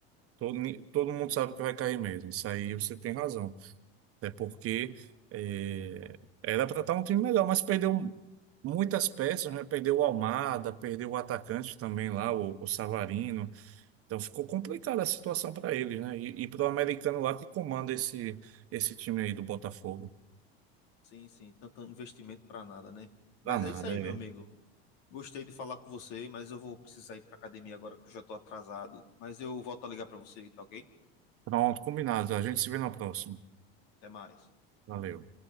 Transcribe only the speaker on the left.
Sim, sim. Tanto investimento para nada, né? Mas
é isso aí, meu
amigo. Gostei de falar com você, mas eu vou precisar ir para academia agora que eu já tô atrasado. Mas eu volto a ligar para você, tá ok?
Até mais.